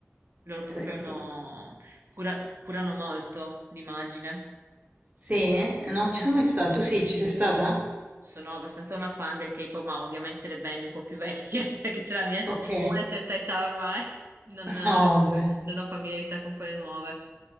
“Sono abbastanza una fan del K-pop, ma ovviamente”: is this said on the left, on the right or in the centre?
Right